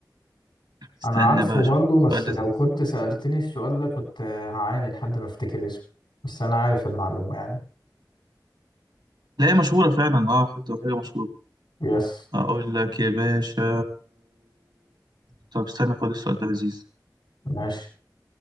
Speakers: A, on the right (about 70°); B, on the left (about 90°).
A: استنى
B: انا عارفه
A: بقى أشوف
B: برضو بس
A: سؤال لذيذ
B: لو كنت سألتني السؤال ده كنت هعاني لحد ما افتكر اسمه بس انا عارف المعلومة يعني
A: لا هي مشهورة فعلا آه حتى حاجة مشهورة
B: يس
A: أقول لك يا باشا طب استنى خد السؤال ده لذيذ
B: ماشي